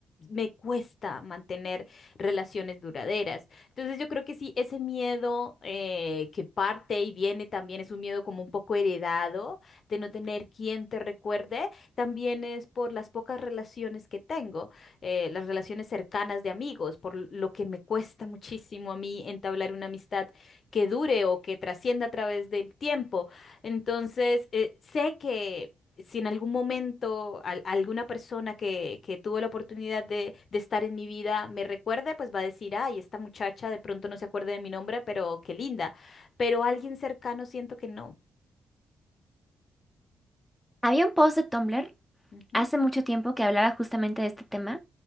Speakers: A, on the left; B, in the centre.
A: me cuesta mantener relaciones duraderas. Entonces yo creo que sí, ese miedo eh, que parte y viene también es un miedo como un poco heredado de no tener quien te recuerde, también es por las pocas relaciones que tengo, eh, las relaciones cercanas de amigos, por lo que me cuesta muchísimo a mí entablar una amistad que dure o que trascienda a través del tiempo. Entonces, eh, sé que si en algún momento al- alguna persona que, que tuvo la oportunidad de, de estar en mi vida me recuerde, pues va a decir, ay, esta muchacha de pronto no se acuerda de mi nombre, pero qué linda. Pero alguien cercano siento que no.
B: Había un post de Tumblr
A: Ujú,
B: hace mucho tiempo que hablaba justamente de este tema